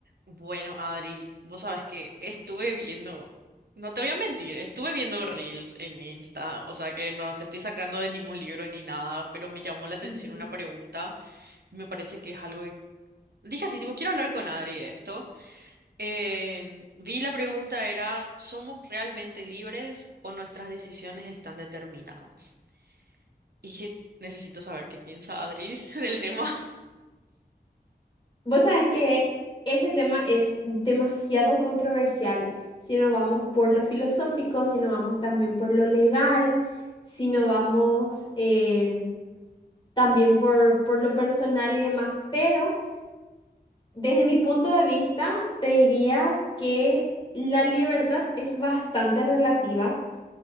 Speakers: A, on the right; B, on the left.
A: Bueno, Adri, vos sabes que estuve viendo, no te voy a mentir, estuve viendo reels en Insta, o sea que no te estoy sacando de ningún libro ni nada, pero me llamó la atención
B: Ujú.
A: una pregunta y me parece que es algo que dije así, tipo, quiero hablar con Adri de esto. Eh, vi la pregunta era, ¿somos realmente libres o nuestras decisiones están determinadas? Y dije, necesito saber qué piensa Adri <laughs> del tema.
B: Vos sabés que ese tema es demasiado controversial. Si no vamos por lo filosófico, si no vamos también por lo legal, si no vamos eh, también por, por lo personal y demás. Pero desde mi punto de vista, te diría que la libertad es bastante relativa